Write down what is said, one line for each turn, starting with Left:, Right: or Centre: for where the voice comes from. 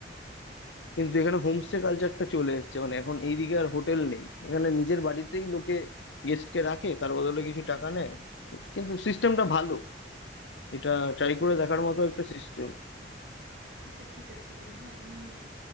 Left: কিন্তু এখানে হোমস্টে কালচারটা চলে এসেছে মানে এখন এইদিকে আর হোটেল নেই এখানে নিজের বাড়িতেই লোকে গেস্টকে রাখে তার বদলে কিছু টাকা নেয় কিন্তু সিস্টেমটা ভালো এটা ট্রাই
Right: আচ্ছা
Left: করে
Right: আচ্ছা
Left: দেখার মতো একটা সিস্টেম
Right: আচ্ছা ঠিক আছে বন্ধু আমি উম,